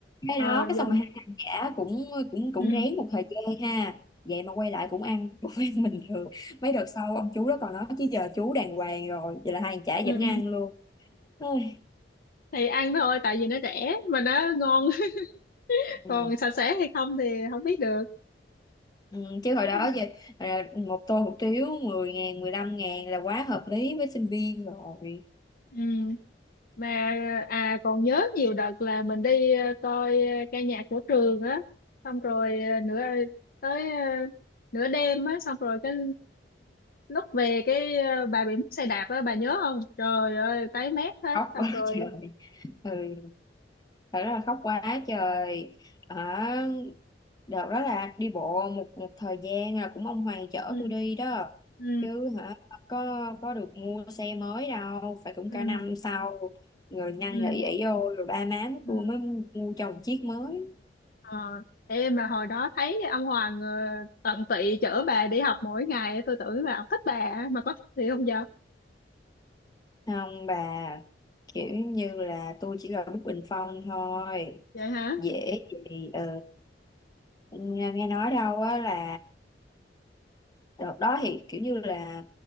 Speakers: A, on the left; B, on the left.
A: cái
B: ờ,
A: đó
B: ờ,
A: cái
B: dùng
A: xong mà hai thằng chả cũng cũng cũng
B: ừ
A: rén một thời gian ha vậy mà quay lại cũng ăn <laughs> cũng ăn bình thường mấy đợt sau ông chú đó còn nói chứ giờ chú đàng hoàng rồi vậy là hai thằng chả
B: ừ
A: vẫn
B: ừ.
A: ăn luôn Ôi,
B: thì ăn thôi tại vì nó rẻ mà nó ngon <laughs>
A: ừ.
B: còn sạch sẽ hay không thì không biết được
A: Ừ. chứ hồi đó
B: ừ
A: về à, một tô hủ tiếu 10 ngàn 15 ngàn là quá hợp lý với sinh viên rồi
B: ừ. mà à còn nhớ nhiều đợt là mình đi ờ, coi ờ, ca nhạc của trường á xong rồi ờ, nửa ờ, tới ờ, nửa đêm á xong rồi cái lúc về cái ờ, bà bị mất xe đạp á bà nhớ không trời ơi tái mét hết
A: khóc
B: xong
A: quá
B: rồi
A: trời ừ. Thật rất là khóc quá trời à, đợt đó là đi bộ một một thời gian là cũng ông Hoàng chở
B: ừ
A: tôi đi đó
B: ừ
A: chứ hả có có được mua xe mới đâu phải cũng cả
B: ừ
A: năm sau người năn
B: ừ,
A: nỉ ỷ vô rồi ba má
B: ừ.
A: tôi mới mua cho một chiếc mới
B: Ờ, em mà hồi đó thấy ông Hoàng ờ, tận tụy chở bà đi học mỗi ngày tôi tưởng là ông thích bà á, mà có thích thì không giờ
A: không bà kiểu như là tôi chỉ là bức bình phong thôi
B: vậy hả
A: dễ gì ừ. nghe nghe nói đâu á là đợt đó thì kiểu như là